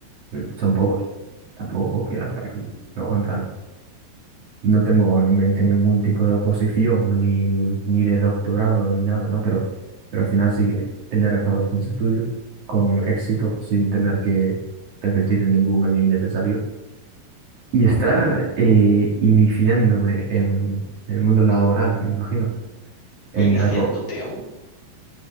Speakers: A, on the right (about 50°); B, on the left (about 70°).
A: mm, son pocos, tampoco quiero hacer aquí, no, en plan, no tengo en mente ningún tipo de oposición, ni, ni de doctorado, ni nada, ¿no? Pero, pero al final sí que tener acabados mis estudios con éxito, sin tener que repetir ningún año innecesario. y estar eh, iniciándome en, en el mundo laboral, me imagino, en
B: Iniciándote
A: algo.
B: a un,